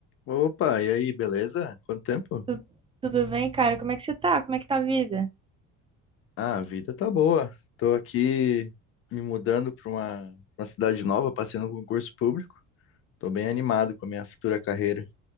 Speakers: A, on the left; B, on the right.
A: Opa, e aí, beleza? Quanto tempo?
B: Tu- Tudo bem, cara? Como é que você tá? Como é que tá a vida?
A: Ah, a vida tá boa. Tô aqui me mudando para uma, uma cidade nova, passei num concurso público. Tô bem animado com a minha futura carreira.